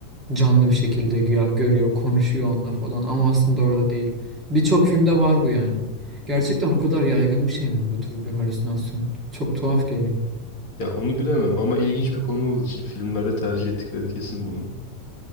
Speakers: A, on the right; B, on the left.
A: canlı bir şekilde güya görüyor, konuşuyor onunla falan ama aslında orada değil. Birçok filmde var bu yani. Gerçekten o kadar yaygın bir şey mi bu tür bir halüsinasyon? Çok tuhaf geliyor.
B: Ya onu bilemem ama ilginç bir konu olduğu için filmlerde tercih ettikleri kesin bunu.